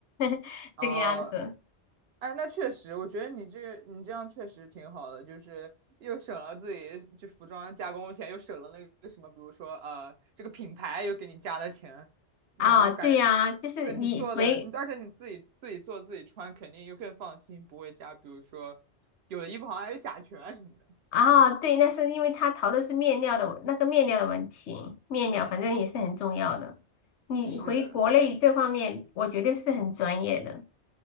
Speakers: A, on the left; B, on the right.
A: <laughs>
B: 哦，
A: 这个样子。
B: 哎，那确实，我觉得你这个你这样确实挺好的，就是又省了自己就服装加工钱，又省了那个什么，比如说呃，这个品牌又给你加的钱，然后感，
A: 啊，对呀，就是你回
B: 对你做的，你而且你自己自己做自己穿，肯定又更放心，不会加，比如说有的衣服好像还有甲醛啊什么的。
A: 啊，对，那是因为他淘的是面料的那个面料的问题，面料反正也是很重要的。
B: 嗯，
A: 你回国内这方面，
B: 是的
A: 我觉得是很专业的。